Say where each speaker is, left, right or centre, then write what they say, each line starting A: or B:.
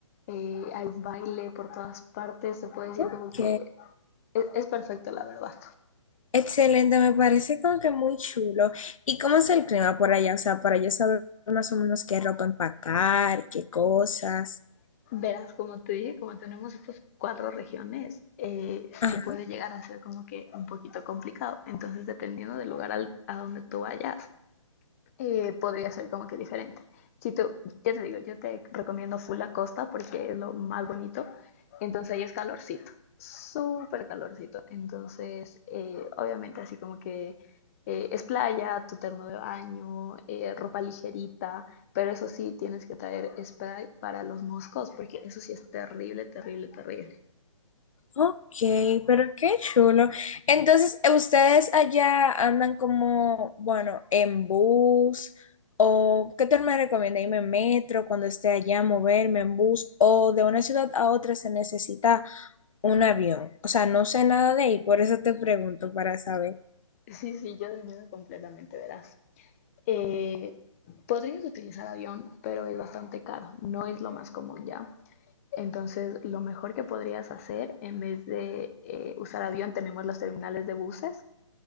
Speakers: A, on the left; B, on the left.
A: eh, hay baile por todas partes, te puedes ir
B: Ok.
A: como que es, es perfecto, la verdad.
B: Excelente, me parece como que muy chulo. ¿Y cómo es el clima por allá? O sea, para yo saber más o menos qué ropa empacar, qué cosas.
A: Verás, como te dije, como tenemos estas cuatro regiones, eh,
B: Ajá.
A: sí puede llegar a ser como que un poquito complicado. Entonces, dependiendo del lugar al- a donde tú vayas, eh, podría ser como que diferente. Si tú, ya te digo, yo te recomiendo full la costa porque es lo más bonito. Entonces ahí es calorcito, súper calorcito. Entonces, eh, obviamente así como que eh, es playa, tu terno de baño, eh, ropa ligerita, pero eso sí tienes que traer spray para los moscos porque eso sí es terrible, terrible, terrible. <laughs>
B: Ok, pero qué chulo. Entonces, ¿ustedes allá andan como, bueno, en bus? ¿O qué te me recomienda? ¿Irme en metro cuando esté allá, moverme en bus? ¿O de una ciudad a otra se necesita un avión? O sea, no sé nada de ahí, por eso te pregunto para saber.
A: Sí, sí, yo entiendo completamente, verás. Eh, podrías utilizar avión, pero es bastante caro, no es lo más común ya. Entonces, lo mejor que podrías hacer, en vez de eh, usar avión, tenemos los terminales de buses